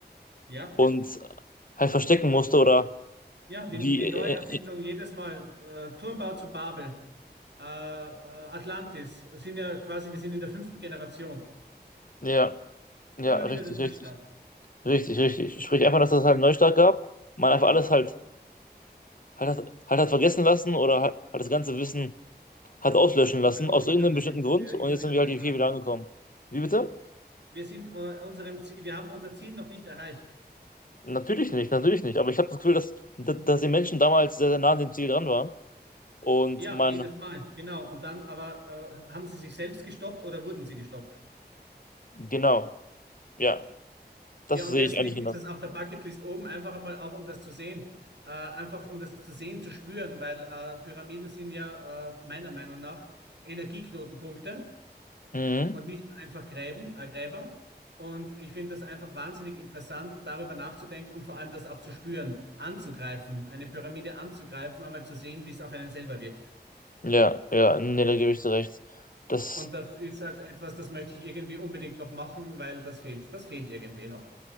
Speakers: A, on the right (about 85°); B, on the left (about 50°).
A: ja,
B: und halt verstecken musste oder
A: ja, die,
B: wie.
A: die
B: Äh,
A: Neuerfindung
B: äh,
A: jedes Mal. Äh, Turmbau zu Babel, äh, äh, Atlantis, sind ja quasi, wir sind in der fünften Generation.
B: ja, ja,
A: Immer
B: richtig,
A: wieder der Neustart.
B: richtig, richtig, richtig. Sprich einfach, dass es halt einen Neustart gab, man einfach
A: Ja,
B: alles halt hat das, hat das vergessen lassen oder hat, hat das ganze Wissen hat auslöschen lassen,
A: verloren
B: aus
A: gegangen
B: irgendeinem bestimmten
A: ist
B: Grund
A: und wir
B: und
A: immer
B: jetzt
A: wieder
B: sind
A: neu
B: wir halt
A: starten.
B: hier wieder angekommen. Wie bitte?
A: Wir sind äh, unserem Ziel, wir haben unser Ziel noch nicht erreicht.
B: Natürlich nicht, natürlich nicht. Aber ich habe das Gefühl, dass, dass dass die Menschen damals sehr, sehr nah an dem Ziel dran waren. Und
A: Ja,
B: man,
A: jedes Mal, genau. Und dann aber äh, haben sie sich selbst gestoppt oder wurden sie gestoppt?
B: genau, ja, das
A: Ja, und
B: sehe
A: deswegen
B: ich eigentlich genauso.
A: ist es auf der Bucketlist oben einfach einmal auch, um das zu sehen, äh, einfach um das zu sehen, zu spüren, weil äh, Pyramiden sind ja äh, meiner Meinung nach Energieknotenpunkte
B: Mhm.
A: und nicht einfach Gräben, äh, Gräber. Und ich finde das einfach wahnsinnig interessant, darüber nachzudenken und vor allem das auch zu spüren, anzugreifen, eine Pyramide anzugreifen, einmal zu sehen, wie es auf einen selber wirkt.
B: Ja, ja, nee, da gebe ich dir recht. Das,
A: Und das ist halt etwas, das möchte ich irgendwie unbedingt noch machen, weil das fehlt. Das fehlt irgendwie noch.